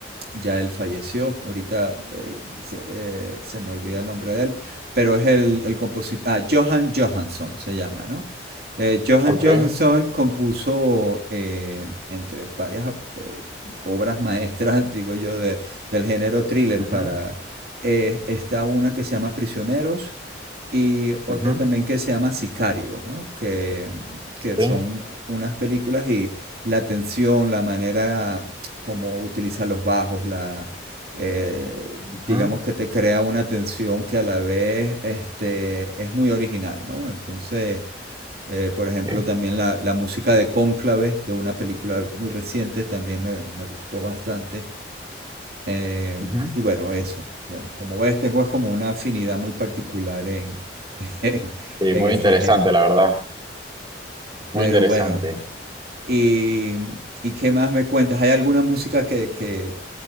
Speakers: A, on the right; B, on the right.
A: Ya él falleció, ahorita eh, se, eh, se me olvida el nombre de él, pero es el, el compositor, ah, Johan Johansson se llama, ¿no? Eh, Johan
B: Ok.
A: Johansson compuso eh, entre varias eh, obras maestras, <laughs> digo yo, de- del género thriller
B: Ujú.
A: para... eh, está una que se llama Prisioneros y otra
B: Ujú.
A: también que se llama Sicario, ¿no? Que, que
B: Sí.
A: son unas películas y la tensión, la manera como utilizan los bajos, la... eh,
B: Ujú.
A: digamos que te crea una tensión que a la vez este, es muy original, ¿no? Entonces... Eh, por ejemplo,
B: Sí.
A: también la, la, música de Cónclave, de una película muy reciente, también me, me gustó bastante. Eh,
B: Ujú.
A: y bueno, eso. Bueno, Como ves, tengo es como una afinidad muy particular en, <laughs> en,
B: Sí,
A: en
B: muy
A: este
B: interesante,
A: género.
B: la verdad.
A: Pero
B: Muy interesante.
A: bueno, y, y, qué más me cuentas? ¿Hay alguna música que, que,